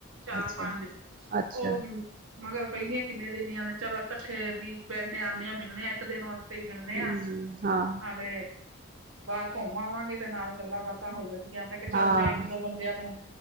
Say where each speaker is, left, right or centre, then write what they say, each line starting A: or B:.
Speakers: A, on the right; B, on the right.
A: ਚਾਰ
B: ਅੱਛਾ
A: ਪੰਜ,
B: ਅੱਛਾ
A: ਉਹ ਮਗਰ ਪਈ ਦੀਆਂ ਕਿੰਨੇ ਦਿਨ ਦੀ ਆ ਨੇ ਚੱਲੋ ਕੱਠੇ ਵੀ ਬੈਨੇ ਆਂਨੇ ਆ ਮਿਲਨੇ ਆ ਇੱਕ ਦਿਨ ਵਾਸ ਮਿਲਨੇ
B: ਹਮ
A: ਆ
B: ਹਮ ਹਾਂ
A: ਨਾਲੇ ਬਾਹਰ ਘੁੰਮ ਆਵਾਂਗੇ ਤੇ ਨਾਲ ਗੱਲਾਂ ਬਾਤਾਂ ਹੋ ਜਾਣ ਗੀਆਂ ਮੈਂ ਕਿਹਾ
B: ਹਾਂ
A: ਚਲ ਮੈਂ ਇੱਕ ਦੋ ਬੰਦਿਆਂ ਨੂੰ